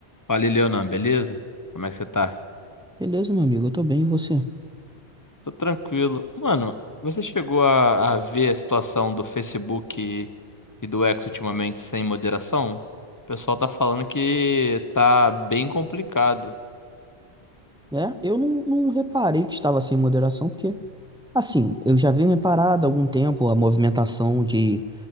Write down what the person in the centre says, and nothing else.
Beleza, meu amigo, eu tô bem, e você?
É, eu não, não reparei que estava sem moderação, porque, assim, eu já venho reparado há algum tempo a movimentação de